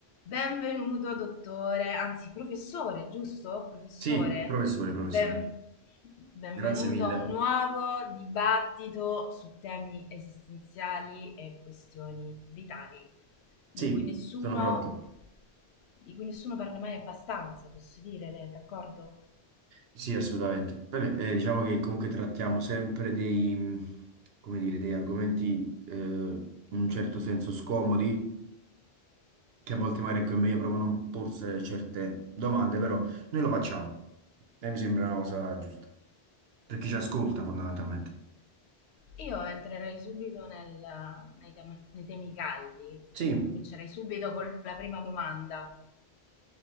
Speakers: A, on the left; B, on the right.
A: Benvenuto, dottore, anzi professore, giusto? Professore,
B: Sì, professore, professore,
A: ben- benvenuto
B: grazie mille.
A: a un nuovo dibattito su temi esistenziali e questioni vitali,
B: Sì,
A: di cui nessuno,
B: sono pronte.
A: di cui nessuno parla mai abbastanza, posso dire, lei è d'accordo?
B: Sì, assolutamente. Vabbè, eh, diciamo che comunque trattiamo sempre dei, mh, come dire, dei argomenti eh, in un certo senso scomodi, che a volte magari ecco, è meglio proprio non porsi certe domande, però noi lo facciamo e mi sembra una cosa giusta, per chi ci ascolta fondamentalmente.
A: Io entrerei subito nel- nei tema- nei temi caldi,
B: Sì,
A: comincerei subito con la prima domanda.